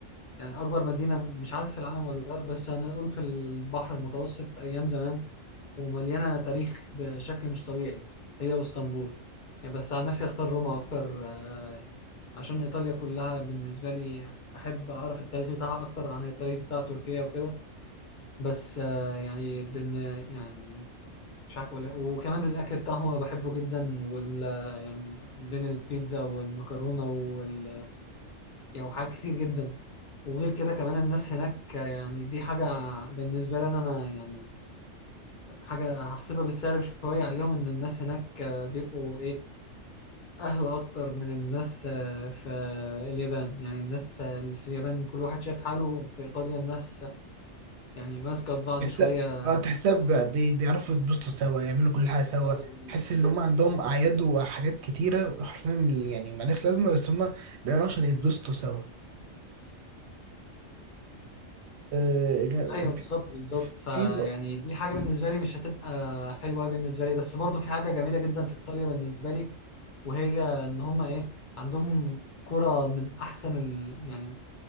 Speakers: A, on the left; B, on the right.
A: يعني أكبر مدينة مش عارف في العالم ولا لأ بس أنا أقول في البحر المتوسط أيام زمان ومليانة تاريخ بشكل مش طبيعي هي واسطنبول يعني بس عن نفسي أختار روما أكتر آه، عشان إيطاليا كلها بالنسبة لي أحب أعرف التاريخ بتاعها أكتر عن التاريخ بتاع تركيا وكده بس آه، يعني بن يعني مش عارف أقول إيه. وكمان الأكل بتاعهم أنا بحبه جدا وال يعني بين البيتزا والمكرونة وال يعني وحاجات كتير جدا وغير كده كمان الناس هناك آه، يعني دي حاجة بالنسبة لي أنا أنا يعني حاجة هحسبها بالسالب شوية عليهم إن الناس هناك آه، بيبقوا إيه أهلا أكتر من الناس آه، في اليابان يعني الناس آه، في اليابان كل واحد شايف حاله في إيطاليا الناس آه، يعني ماسكة في بعض
B: بس
A: شوية
B: اه تحسها ب- بي- بيعرفوا يتبسطوا سوا يعملوا كل حاجة سوا
A: أي-
B: تحس ان
A: كده
B: هم عندهم اعياد وحاجات كتيرة حرفيا يعني ملهاش لازمة بس هم بيعملوها عشان يتبسطوا سوا آه،
A: أيوه بالظبط بالظبط فيعني
B: في
A: دي حاجة بالنسبة لي مش هتبقى حلوة بالنسبة لي بس برضو في حاجة جميلة جدا في إيطاليا بالنسبة لي وهي إن هما إيه عندهم كرة من أحسن ال... يعني